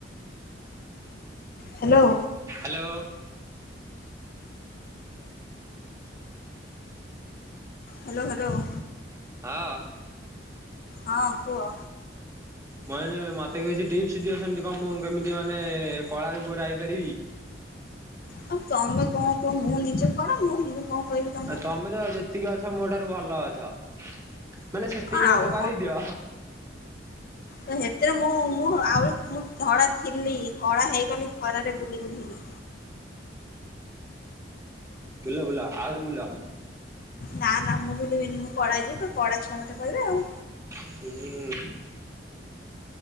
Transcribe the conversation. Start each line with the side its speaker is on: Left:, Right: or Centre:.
Left: Hello.
Right: Hello.
Left: Hello hello.
Right: ହଁ।
Left: ହଁ କୁହ।
Right: ମୁଁ କହିନୀ ମତେ କିଛି ଟିପ୍ସ ଦିଅ ସେମିତି କଣ ମୁଁ କେମିତି ମାନେ କଳାରୁ ଗୋରା ହେଇପାରିବି।
Left: ଆଉ ତମେ କଣ କୁହ ମୁଁ ନିଜେ କଳା ମୁଁ ମୁଁ କଣ କହିବି? ତମକୁ
Right: ତମେ ତ ଯେତିକି ଅଛ ମୋ ଠାରୁ ଭଲ ଅଛ ମାନେ ସେତିକି
Left: ଆଉ
Right: ମତେ କରେଇଦିଅ।
Left: ତ ସେଥିରେ ମୁଁ ମୁଁ ଆହୁରି ମୁଁ ଧଳା ଥିଲି କଳା ହେଇଗଲି ଖରାରେ ବୁଲି ବୁଲିକି।
Right: ବୁଲ ବୁଲ ଆହୁରି ବୁଲ।
Left: ନା ନା ମୁଁ ଭୁଲିବିନି ମୁଁ କଳା ହେଇ ଯିବ କଳା ଛୁଆ ମତେ କିବେ ଆଉ।
Right: ହୁଁ।